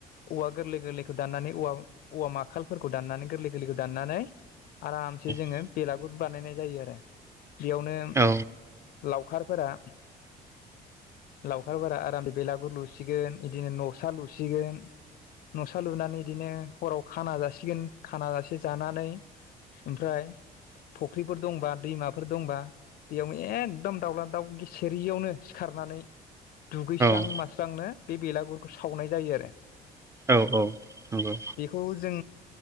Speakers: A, on the left (about 60°); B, on the right (about 15°).
A: औवा गोरलै गोरलैखौ दाननानै औवा औवा माखालफोरखौ दाननानै गोरलै गोरलैखौ दाननानै आरामसे जोङो
B: औ
A: बेलागुर बानायनाय जायो आरो। बेयावनो
B: औ
A: लावखारफोरा लावखारफोरा आराम बेलागुर लुसिगोन बिदिनो न'सा लुसिगोन, न'सा लुनानै बिदिनो हराव खाना जासिगोन। खाना जासे जानानै ओमफ्राय फुख्रिफोर दंबा, दैमाफोर दंबा बेयावनो एखदम दाउला दाउ गेसेेरियावनो सिखारनानै दुगैस्रां
B: औ
A: मास्रांनो बे बेलागुरखौ सावनाय जायो आरो।
B: औ औ नंगौ।
A: बेखौ जों